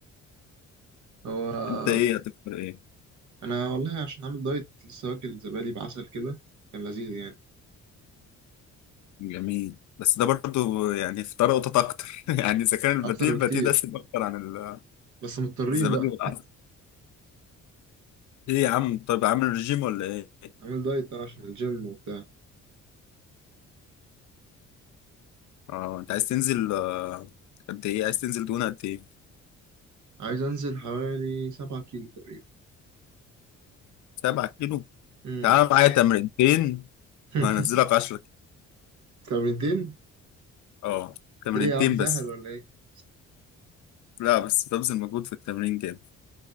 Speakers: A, on the right (about 75°); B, on the left (about 70°).
A: هو
B: انت ايه هتفطر ايه
A: انا والله عشان عامل دايت لسه واكل زبادي بعسل كده كان لذيذ يعني
B: جميل بس ده برضو يعني فطار قطط اكتر <laughs> يعني اذا كان الباتيه
A: اكتر
B: الباتيه
A: بكتير
B: ده سيب اكتر عن ال-
A: بس مضطرين
B: الزبادي
A: بقى
B: والعسل ايه يا عم طيب عامل رجيم ولا ايه
A: عامل دايت آه، عشان الجيم وبتاع
B: اه انت عايز تنزل آه، قد ايه عايز تنزل دهون قد ايه
A: عايز انزل حوالي سبعة كيلو تقريبا
B: 7 كيلو
A: امم
B: تعال معايا تمرينتين
A: <laughs>
B: وهنزلك 10
A: تمرينتين
B: اه تمرينتين
A: ايه يا عم ساحر
B: بس
A: ولا ايه
B: لا بس ببذل مجهود في التمرين جامد